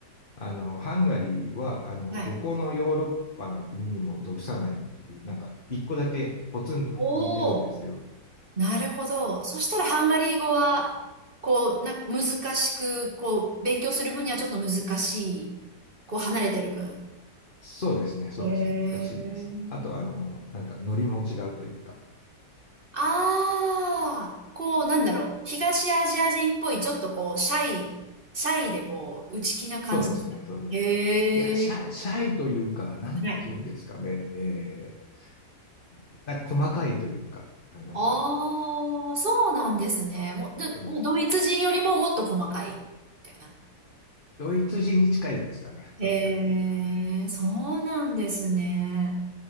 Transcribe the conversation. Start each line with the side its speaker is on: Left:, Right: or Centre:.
Left: あの、ハンガリーは、あの、
Right: はい。
Left: どこのヨーロッパの国にも属さないっていう、なんか、一個だけポツンと浮いてるんですよ。
Right: おお。なるほど。そしたらハンガリー語は、こう、な、難しく、こう、勉強する分にはちょっと難しい。こう、離れてる分。
Left: そうですね、そうですね、
Right: へえ。
Left: 難しいですね。あと、あの、なんか、ノリも違うというか、
Right: ああ、こう、なんだろう。東アジア人っぽい、ちょっとこう、シャイ、シャイでこう、内気な感じですかへえ。
Left: そうですね、そうですね。いや、シャイ、シャイというか、なんて言うんですかね、
Right: はい。
Left: えー、なんか細かいというか、あの、
Right: ああ、そうなんですね。もう、でもうドイツ人よりももっと細かい。
Left: そうですね。
Right: みたいな。
Left: ドイツ人に近いですかね、
Right: へえ、
Left: どっちかっていうと。
Right: そうなんですね。